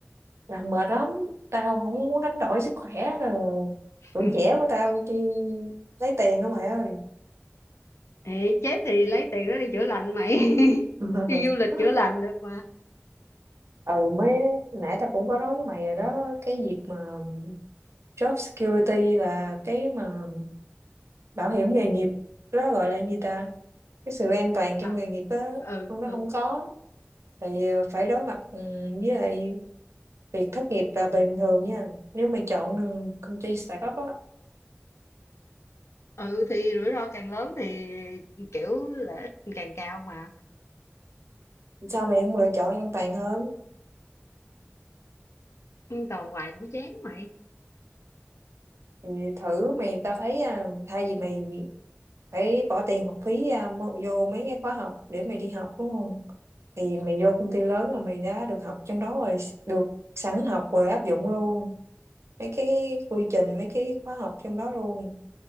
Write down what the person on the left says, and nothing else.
<laughs>
Ê, chết thì lấy tiền đó đi chữa lành mày. <laughs>
Đi du lịch chữa lành được mà.
À,
ừ
ừ.
ừ thì rủi ro càng lớn thì kiểu lợi ích càng cao mà
nhưng toàn hoài cũng chán mày